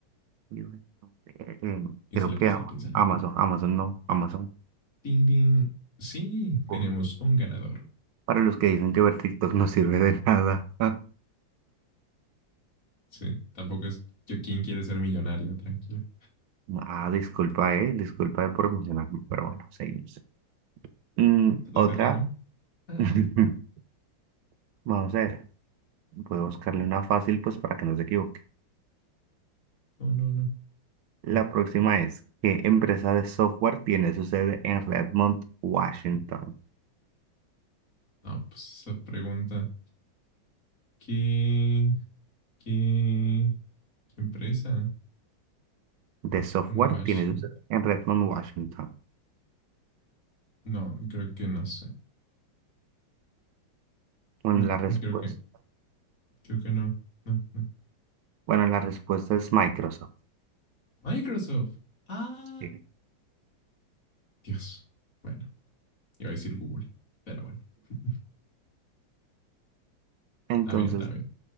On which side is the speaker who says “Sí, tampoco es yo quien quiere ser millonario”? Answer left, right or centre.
Left